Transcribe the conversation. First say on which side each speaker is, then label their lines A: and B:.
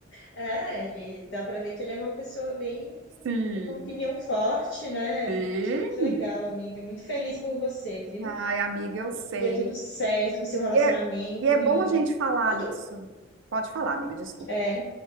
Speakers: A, on the left; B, on the right.
A: É, ele dá pra ver que ele é uma pessoa bem
B: Sim,
A: com uma opinião forte, né?
B: sim.
A: Que legal, amiga. Muito feliz por você, viu?
B: Ai, amiga,
A: Tomara
B: eu sei.
A: que dê tudo certo com o seu relacionamento
B: E é, e é bom
A: e
B: a gente falar
A: tudo.
B: sobre. Pode falar, amiga, desculpa.
A: É,